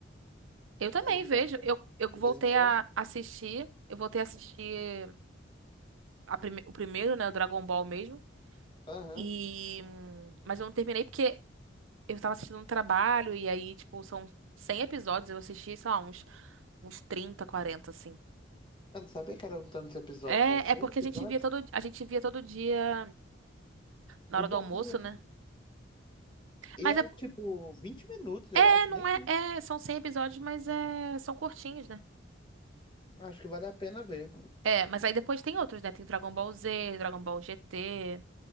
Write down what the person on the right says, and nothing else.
Eu também
vejo. Eu, eu voltei
a assistir. Eu voltei a assistir a prime- o primeiro, né? O Dragon Ball mesmo.
E... hum, Mas eu não terminei porque eu tava assistindo um trabalho e aí, tipo, são 100 episódios. Eu assisti, sei lá, uns, uns 30, 40, assim.
É,
é porque
a gente via todo, a gente via todo dia na
hora do
almoço, né?
Mas
é,
É,
não
é, é, são 100 episódios, mas é, são curtinhos, né?
É, mas aí depois tem outros, né? Tem Dragon Ball Z, Dragon Ball GT.